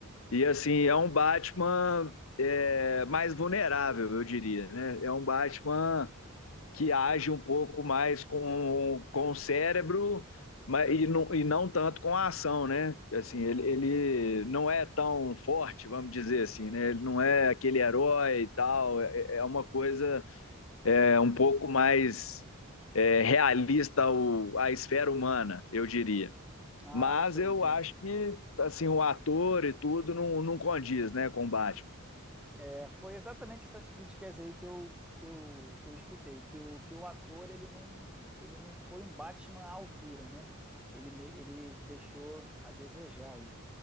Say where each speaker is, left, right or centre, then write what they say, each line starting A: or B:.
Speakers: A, on the left; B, in the centre.
A: E assim, é um Batman é, mais vulnerável, eu diria, né? É um Batman que age um pouco mais com, com o cérebro mas, e, não, e não tanto com a ação, né? Assim, ele, ele não é tão forte, vamos dizer assim, né? Ele não é aquele herói e tal, é, é é uma coisa é, um pouco mais é, realista ao, à esfera humana, eu diria.
B: Ah,
A: Mas
B: entendi.
A: eu acho que assim o ator e tudo não, não condiz né, com o Batman.
B: É, foi exatamente essas críticas aí que eu, que eu, que eu escutei, que o, que o ator ele não, ele não foi um Batman à altura, né? Ele, me- ele deixou a desejar aí.